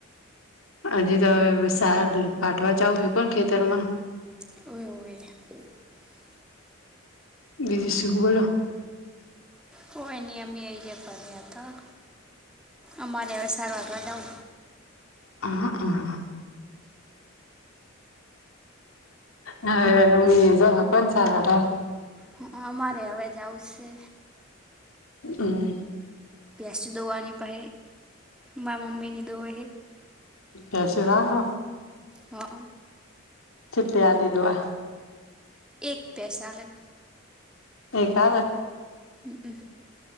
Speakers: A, on the left; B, in the centre.
A: હજી તો હવે શાર વાઢવા જાવું હે ખેતરમાં
B: <inaudible>
A: ડજી શિક ઉપરા <unintelligible>
B: કોઈ નઈ અમે અહયા કર હતા અમારે હવે સારવારવા જઉં
A: હ હમ. હા મ જ હ પણ સારડા
B: હ અમારે હવે જ આવશે
A: હમ્મ.
B: ભેસ દોવાની પહે મા મમ્મીની દોવ હ
A: <unintelligible>
B: હ અ.
A: છીતે આટ દવા
B: એક પૈસા લે
A: એ ક <unintelligible>
B: હ.